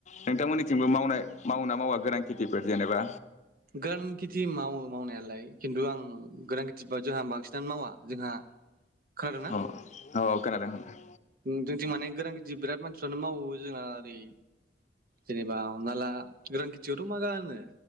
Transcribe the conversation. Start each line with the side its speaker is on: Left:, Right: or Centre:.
Left: नोंथांमोननिथिंबो मावनाय मावो ना मावा गोरान खेथिफोर जेनेबा
Right: गोरान खेथि मावो मावनायालाय खिन्थु आं गोरान खेथिबा जोहा बांसिन दा मावा जोंहा खोनादोंना?
Left: अ औ खोनादों ।
Right: उम जोंथि माने गोरान खेथि बिराद मानसि बिफ्रानो मावो जोंना ओरै जेनेबा हमना ला गोरान खेथियावथ मा जानो